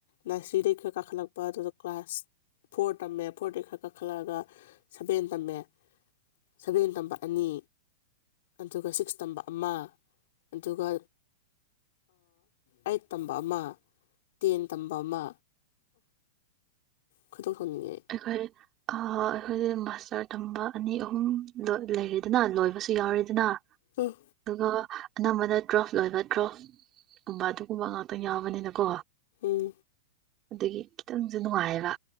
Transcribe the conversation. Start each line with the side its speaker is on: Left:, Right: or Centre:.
Left: ꯅꯁꯔꯤꯗꯒꯤꯩ ꯈꯔ ꯀꯥꯈꯠꯂꯛꯄ ꯑꯗꯨꯗ ꯀ꯭ꯂꯥꯁ ꯐꯣꯔ ꯇꯝꯃꯦ ꯐꯣꯔꯗꯩ ꯈꯔ ꯀꯥꯈꯠꯂꯛꯑꯒ ꯁꯚꯦꯟ ꯇꯝꯃꯦ ꯁꯚꯦꯟ ꯇꯝꯕ ꯑꯅꯤ ꯑꯗꯨꯒ ꯁꯤꯛꯁ ꯇꯝꯕ ꯑꯃ ꯑꯗꯨꯒ ꯑꯩꯠ ꯇꯝꯕ ꯑꯃ ꯇꯦꯟ ꯇꯝꯕ ꯑꯃ ꯈꯨꯇꯣꯛ ꯊꯝꯅꯤꯡꯉꯦ
Right: ꯑꯩꯈꯣꯏ ꯑꯩꯈꯣꯏꯗꯤ ꯃꯥꯁꯇꯔ ꯊꯝꯕ ꯑꯅꯤ ꯑꯍꯨꯝ ꯂꯩꯔꯦꯗꯅ ꯂꯣꯏꯕꯁꯨ ꯌꯥꯎꯔꯤꯦꯗꯅ
Left: ꯎꯝ
Right: ꯑꯗꯨꯒ ꯑꯅꯝꯕꯅ ꯇ꯭ꯔꯣꯐ ꯂꯣꯏꯕ ꯇ꯭ꯔꯣꯐ ꯕ ꯑꯗꯨꯒꯨꯝꯕ ꯉꯥꯛꯇꯪ ꯌꯥꯎꯕꯅꯤꯅꯀꯣ
Left: ꯎꯝ
Right: ꯑꯗꯒꯤ ꯈꯤꯇꯪꯁꯨ ꯅꯨꯡꯉꯥꯏꯕ